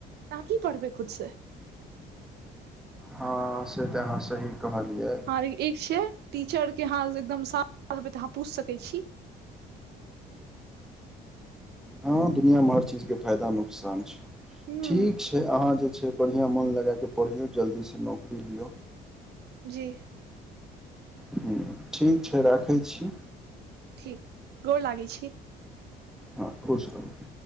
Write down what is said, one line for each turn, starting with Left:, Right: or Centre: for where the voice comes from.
Right: अहाँ की पढ़बै खुद से
Centre: हँ से तऽ हँ अहाँ सही कहलियै
Right: ह एक छै टीचर के हं एकदम सामने अहाँ पूछ सके छी
Centre: हँ दुनियामे हर चीजके फायदा नुकसान छै
Right: हूँ
Centre: ठीक छै अहाँ जे छै बढ़िआँ मन लग कऽ पढ़ियौ जल्दीसँ नौकरी लि
Right: हा
Centre: ह ठीक छै राखै छी
Right: ठीक गोर लागै छी
Centre: हँ खुश रहु